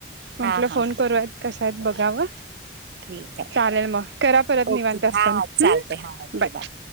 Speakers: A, on the right; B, on the right.
A: म्हटलं
B: हां, हां.
A: फोन करूयात. कश्या आहेत बघावं
B: ठीक आहे.
A: चालेल मग करा परत
B: ओके.
A: निवांत असताना
B: हां, चालतंय.
A: हम्म
B: हां, ओके.
A: बाय